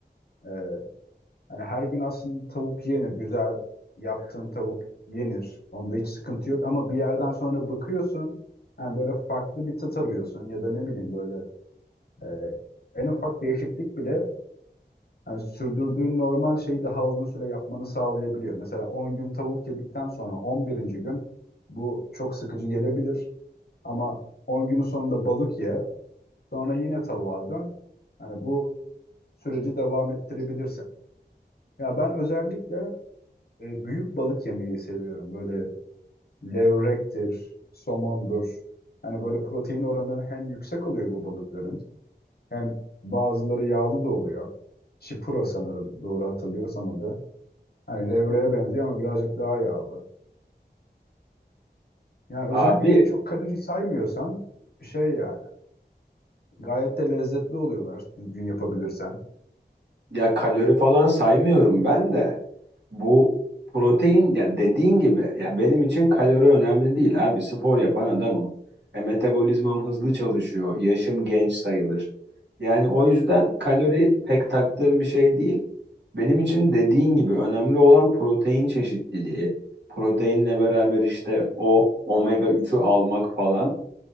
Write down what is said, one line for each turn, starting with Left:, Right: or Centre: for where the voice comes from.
Left: e, hani her gün aslında tavuk yenir. Güzel yaptığın tavuk yenir. Onda hiç sıkıntı yok ama bir yerden sonra bıkıyorsun. Yani böyle farklı bir tat arıyorsun ya da ne bileyim böyle Ee, en ufak değişiklik bile hani sürdürdüğün normal şeyi daha uzun süre yapmanı sağlayabiliyor. Mesela 10 gün tavuk yedikten sonra 11. gün bu çok sıkıcı gelebilir ama 10 günün sonunda balık ye, sonra yine tavuğa dön. Yani bu süreci devam ettirebilirsin. Ya ben özellikle e, büyük balık yemeyi seviyorum. Böyle levrektir, somondur. Hani böyle protein oranı hem yüksek oluyor bu balıkların Hem bazıları yağlı da oluyor. Chipura sanırım doğru hatırlıyorsam adı. Hani levreye benziyor ama birazcık daha yağlı. Yani
Right: Abi
Left: özellikle çok kalori saymıyorsan şey yani gayet de lezzetli oluyorlar düzgün yapabilirsen.
Right: Ya kalori falan saymıyorum ben de. Bu protein ya dediğin gibi ya benim için kalori önemli değil abi. Spor yapan adamım. E, metabolizmam hızlı çalışıyor. Yaşım genç sayılır. Yani o yüzden kalori pek taktığım bir şey değil. Benim için dediğin gibi önemli olan protein çeşitliliği. Proteinle beraber işte o omega üçü almak falan.